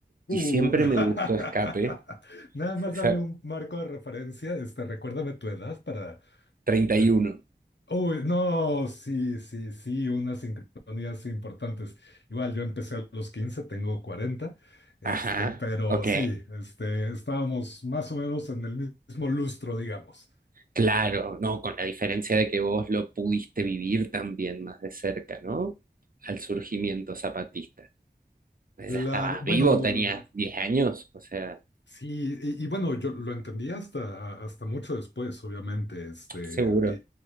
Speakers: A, on the left (about 80°); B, on the right (about 55°).
A: Uh,
B: y siempre me gustó Escape.
A: <laughs> nada
B: <laughs>
A: más
B: Esa-
A: dame un marco de referencia, este, recuérdame tu edad para...
B: treinta
A: eh,
B: y uno.
A: uy, no, sí, sí, sí, unas sincronías importantes. Igual yo empecé a los 15, tengo 40, este,
B: Ajá,
A: pero
B: ok.
A: sí, este, estábamos más o menos en el mismo lustro, digamos.
B: Claro, no, con la diferencia de que vos lo pudiste vivir también más de cerca, ¿no? Al surgimiento zapatista. Pues, Ya
A: La,
B: estabas
A: bueno,
B: vivo, tenías diez años, o sea,
A: sí, y, y bueno, yo lo entendí hasta, hasta mucho después, obviamente, este,
B: seguro.